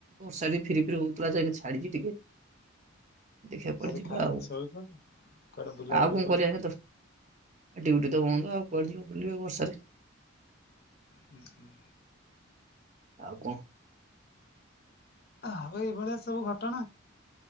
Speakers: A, on the right (about 35°); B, on the left (about 50°).
A: ବର୍ଷା ଫିରି ଫିରି ହଉଥିଲାନି ଛାଡିଛି ଟିକେ। ଦେଖିବା କୁଆଡେ
B: ଖାଲି
A: ଯିବା
B: ଖାଇକି
A: ଆଉ
B: ଶୋଉଛନ୍ତି କୁଆଡେ ବୁଲାବୁଲି
A: ଆଉ କଣ
B: କରୁନି।
A: କରିବା ତ। ଡିଉଟି ତ ବନ୍ଦ ଆଉ କୁଆଡେ ଯିବ ବୁଲିବେ ବର୍ଷାରେ।
B: ହୁଁ ହୁଁ।
A: ଆଉ କଣ?
B: ଆଉ ଏଇଭଳିଆ ସବୁ ଘଟଣା